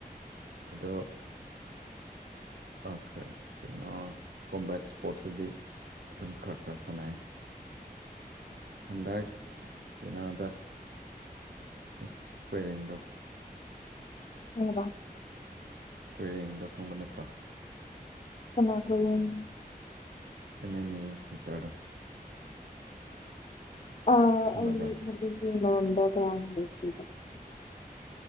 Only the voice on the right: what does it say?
ꯑꯗꯣ ꯀ ꯀꯩ ꯀꯩꯅꯣ ꯀꯣꯕꯥꯠ ꯏꯁꯄꯣꯔꯠꯁꯤꯗꯤ ꯑꯗꯨꯝ ꯈꯔ ꯈꯔ ꯁꯥꯟꯅꯩ ꯍꯟꯗꯛ ꯀꯩꯅꯣꯗ ꯇꯨꯝ ꯀꯣꯏꯔꯦꯡꯗꯣ
ꯀꯣꯏꯔꯦꯡꯗꯣ ꯈꯪꯕ ꯅꯠꯇ꯭ꯔꯣ
ꯑꯦ ꯅꯩꯅ ꯐꯦꯛꯇꯔꯗꯣ
ꯈꯪꯅꯕ꯭ꯔꯥ